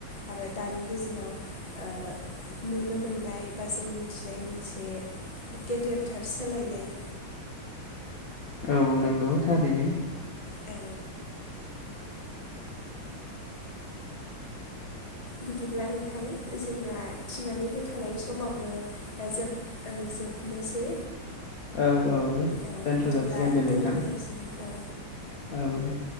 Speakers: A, on the left; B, on the left.
A: आरो दानि गेजेराव ओ नुनो मोननाय बा जों मिथिनाय मोनसे गेदेरथार सोलायनाय
B: औ नंगौ थारैनो
A: औ बिदिब्ला नोंथां जोंना थिनानै होखानाय समाबो जोब ओ जोबनोसै
B: औ औ
A: औ
B: दोनथ'
A: बिदिब्ला
B: जासिगोन दे नोंथां
A: दोनथ' जासिगोन औ
B: औ दे